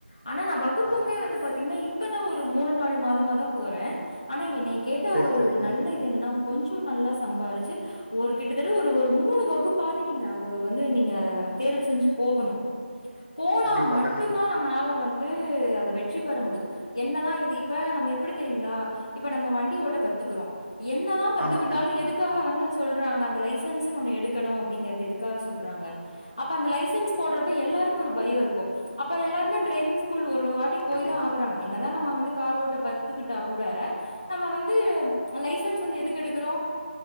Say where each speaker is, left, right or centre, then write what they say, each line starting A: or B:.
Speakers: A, on the left; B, on the left.
A: ஆனா நா வகுப்புமே
B: ஆ
A: வந்து பாத்திங்கனா இப் பதா ஒரு மூணு நாலு மாதமாதா போறே ஆனா என்னைய கேட்டா
B: சேரி
A: ஒரு
B: சேரிங்க
A: ஒரு நல்ல இது என்னனா கொஞ்சோ நல்லா சம்பாரிச்சு ஒரு கிட்டத்தட்ட ஒரு ஒரு மூணு வ குப்பாது நீங்க ஒரு வந்து நீங்க தேர்வு செஞ்சு போகணு போனா
B: கண்டிப்பா
A: மட்டுந்தா
B: கண்டிப்பா
A: நம்மனால வந்து து அத வெற்றி பெற முடியு என்னதா இது இப்ப நம்ம எப்டி தெரிங்ளா இப்ப நம்ம வண்டி ஓட்ட கத்துக்குறோ என்னதா கத்துக்கிட்டாலு
B: ஆமாங்க
A: எதுக்காக வந்து சொல்றாங்க அந்த லைசன்ஸ்ன் ஒன்னு எடு க்கனு அப்டிங்கறது எதுக்காக சொல்றாங்க அப்ப அந்த லைசன்ஸ் போடறப்ப எல்லாருக்கு ஒரு பய இருக்கு அப்ப எல்லாருமே ட்ரைவிங் ஸ்கூல் ஒரு ஒரு வாட்டி போய்தா
B: கண்டிப்பா
A: ஆகறாங்க என்னதா நம்ம வந்து கார் ஓட்ட பத்துக்கிட்டா கூட நம்ம வந்து லைசன்ஸ் வந்து எதுக்கு எடுக்கறோ